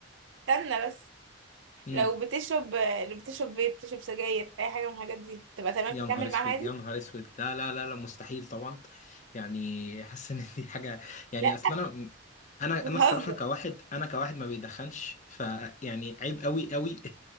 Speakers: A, on the right; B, on the left.
A: بتستنى بس
B: مم.
A: لو بتشرب لو بتشرب فيب بتشرب سجاير اي حاجه من الحاجات دي تبقى تمام
B: يا
A: تكمل
B: نهار اسود
A: معاها عادي
B: يا نهار اسود لا لا لا لا مستحيل طبعا يعني حاسس ان دي حاجه يعني
A: لا
B: اصلا انا انا
A: بتهزر
B: انا الصراحه كواحد انا كواحد ما بيدخنش فيعني عيب قوي قوي <laughs>